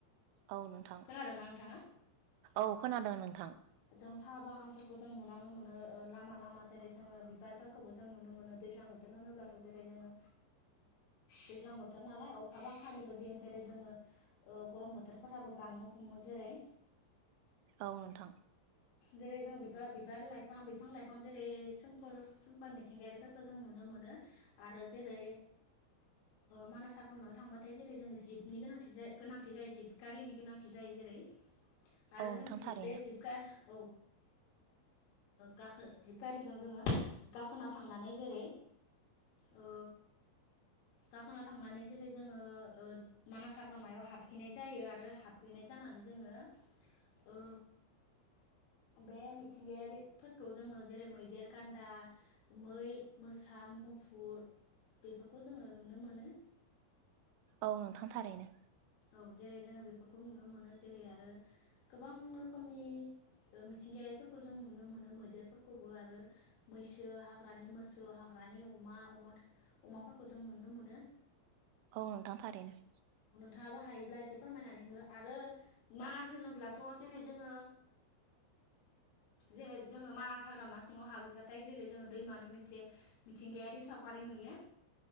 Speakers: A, on the right (about 85°); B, on the left (about 85°).
A: औ नोंथां
B: खोनादोंना नोंथाङा
A: औ। खोनादों नोंथां।
B: जों साहा बागानफोरखौ जों नुलांनो मोनो। ओ लामा लामा जेरै जोङो बिबारफोरखौबो जों नुनो मोनो दैज्लां बोथोर होनोब्लाथ जेरै जोङो दैज्लां बोथोर नालाय अखा बांखानिबो दिन जेरै जोङो गरम बोथोरफोराबो बांनो हमो जेरै।
A: औ नोंथां।
B: जेरै जों बिबार बिबार लाइफां बिफां लाइफां जेरै सोमखोर मिथिंगायारिफोरखौ जों नुनो मोनो आरो जेरै मानास हाग्रामायाव थांबाथाय जेरै जों जिबनि गोनांथि गोनांथि जायो जिब गारिनि गोनांथि जायो जेरै आरो
A: औ
B: जों
A: नोंथां
B: जि
A: थारैनो
B: बे जिबखा <inaudible> गाखो जिब गारिजों जोङो गाखोना थांनानै जेरै ओ गाखोना थांनानै जेरै जोङो ओ मानास हाग्रामायाव हाबहैनाय जायो आरो हाबहैनाय जानानै जोङो ओ बे मिथिंगायारिफोरखौ जोङो जेरै मैदेर गान्दा मै मोसा मुफुर बेफोरखौ जोङो नुनो मोनो।
A: औ नोंथां थारैनो।
B: औ जेरै जोङो बेफोरखौबो नुनो मोनो जेरै आरो गोबां रोखोमनि मिथिंगायारिफोरखौ जों नुनो मोनो मैदेरफोरखौबो आरो मैसो हाग्रानि मोसौ हाग्रानि अमा अमाफोरखौ जों नुनो मोनो।
A: औ नोंथां थारैनो।
B: नोंथांङाबो हायोब्ला एसे फोरमायनानै हो आरो मानास होनोब्लाथ जेरै जोङो जेरै ओ जोङो मानास हाग्रामा सिङाव हाबहैबाथाय जेरै जोङो दैमानि मोनसे मिथिंगायारि सावगारि नुयो।